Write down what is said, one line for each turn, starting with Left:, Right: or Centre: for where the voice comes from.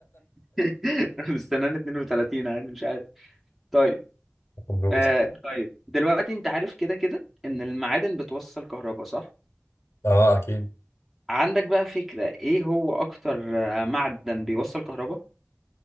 Centre: <laughs> السنان 32 عادي مش عارف طيب
Left: <laughs> دوس
Centre: آه طيب دلوقتي أنت عارف كده كده إن المعادن بتوصل كهرباء صح؟
Left: اه اكيد
Centre: عندك بقى فكرة إيه هو أكتر آه، معدن بيوصل كهرباء؟